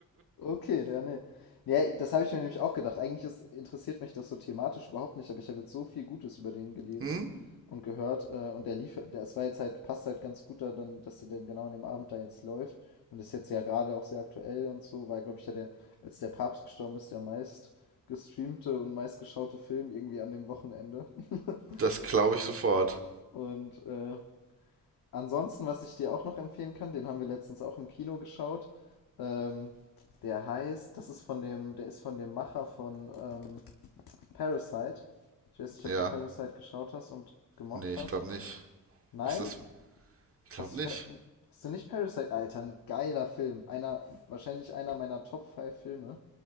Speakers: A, on the left; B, on the right.
A: Okay, ja, nee. Ja, das habe ich mir nämlich auch gedacht. Eigentlich ist, interessiert mich das so thematisch überhaupt nicht, aber ich habe jetzt so viel Gutes über den gelesen
B: Hm?
A: und gehört. Äh, und der lief, der, es war jetzt halt, passt halt ganz gut da, dann, dass der denn genau an dem Abend da jetzt läuft. Und ist jetzt ja gerade auch sehr aktuell und so, weil, glaube ich, ja der, als der Papst gestorben ist, der meist gestreamte und meist geschaute Film irgendwie an dem Wochenende. <laughs>
B: Das glaube ich sofort.
A: Und äh, Ansonsten, was ich dir auch noch empfehlen kann, den haben wir letztens auch im Kino geschaut. Ähm, der heißt, das ist von dem, der ist von dem Macher von ähm, Parasite. Ich weiß nicht,
B: Ja.
A: ob du Parasite geschaut hast und gemocht
B: Nee, ich
A: hast.
B: glaube nicht.
A: Nein?
B: Was ist. Ich glaube
A: Hast
B: nicht.
A: du, Pa- hast du nicht Parasite? Alter, ein geiler Film. Einer, wahrscheinlich einer meiner Top 5 Filme